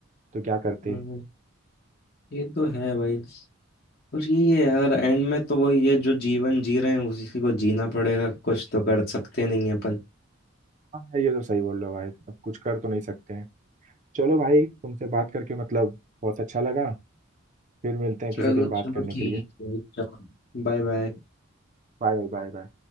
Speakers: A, on the right (about 35°); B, on the left (about 50°).
A: तो क्या करते
B: हम्म, ये तो है भाई और यही है यार एंड में तो वही है जो जीवन जी रहे हैं उसी को जीना पड़ेगा कुछ तो कर सकते नहीं है अपन
A: हाँ ये तो सही बोल रहे हो भाई अब कुछ कर तो नहीं सकते हैं चलो भाई तुमसे बात करके मतलब बहुत अच्छा लगा फिर मिलते हैं
B: चलो
A: किसी दिन बात
B: चलो
A: करने
B: ठीक
A: के लिए
B: है चलो Bye bye
A: Bye bye bye bye